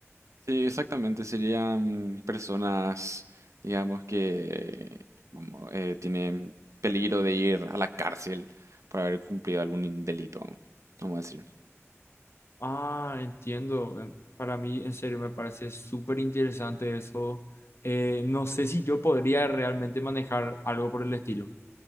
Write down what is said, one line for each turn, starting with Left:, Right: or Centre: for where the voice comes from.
Right: Sí, exactamente. Serían personas, digamos, que vamos, eh, tienen peligro de ir a la cárcel por haber cumplido algún in- delito, vamos a decir.
Left: Ah, entiendo. En- Para mí, en serio, me parece súper interesante eso. Eh, no sé si yo podría realmente manejar algo por el estilo.